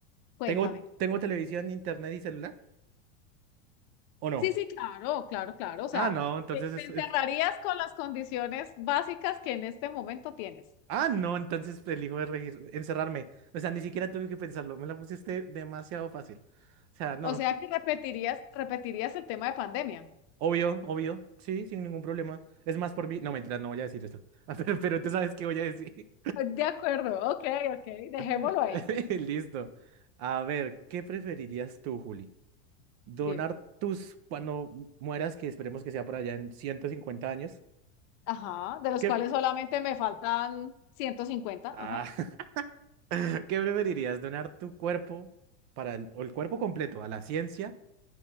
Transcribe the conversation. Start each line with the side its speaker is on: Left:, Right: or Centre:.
Left: Cuéntame.
Right: ¿Tengo, tengo televisión, internet y celular? ¿O no?
Left: Sí, sí, claro, claro, claro. O sea,
Right: Ah, no, entonces
Left: te te encerrarías
Right: es
Left: con las condiciones básicas que en este momento tienes.
Right: Ah, no, entonces elijo de regir- encerrarme. O sea, ni siquiera tuve que pensarlo. Me la pusiste demasiado fácil. O sea, no,
Left: O sea
Right: <laughs>
Left: que repetirías, repetirías el tema de pandemia.
Right: obvio, obvio. Sí, sin ningún problema. Es más por mí. No, mentira, no voy a decir esto. <laughs> Pero, pero tú sabes qué voy a decir.
Left: De acuerdo, ok, ok, dejémoslo
Right: <laughs>
Left: ahí.
Right: Listo. A ver, ¿qué preferirías tú, Juli? ¿Donar
Left: Dime.
Right: tus, cuando mueras, que esperemos que sea por allá en 150 años?
Left: Ajá, de los
Right: ¿Qué,
Left: cuales solamente me faltan ciento cincuenta
Right: ah,
Left: Ajá.
Right: <laughs> ¿qué preferirías? ¿Donar tu cuerpo para el, o el cuerpo completo a la ciencia?